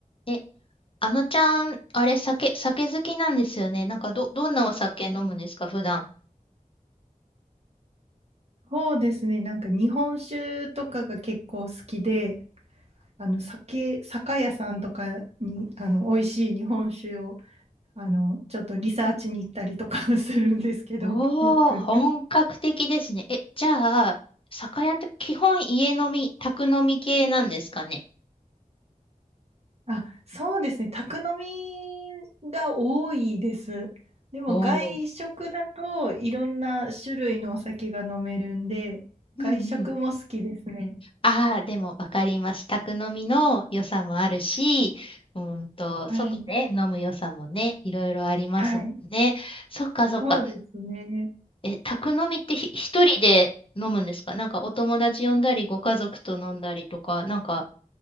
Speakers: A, on the left; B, on the right.
A: え、あのちゃん、あれ、酒、酒好きなんですよね。なんか、ど、どんなお酒飲むんですか、普段。
B: そうですね。なんか日本酒とかが結構好きで、あの酒、酒屋さんとかにあの美味しい日本酒をあのちょっとリサーチに行ったりとか <laughs> するんですけど、
A: おー、
B: <laughs> よく。
A: 本格的ですね。え、じゃあ、酒屋って基本家飲み、宅飲み系なんですかね。
B: あ、そうですね。宅飲みが多いです。でも外食だといろんな種類のお酒が飲めるんで、
A: おー。うんうん。
B: 外食も好きですね。
A: ああ、でもわかります。宅飲みの良さもあるし、うーんと、
B: はい。
A: 外で飲む良さもね、いろいろありますもんね。
B: はい。
A: そっかそっか。
B: そうですね。
A: え、宅飲みってひ一人で飲むんですかなんかお友達呼んだり、ご家族と飲んだりとか、なんか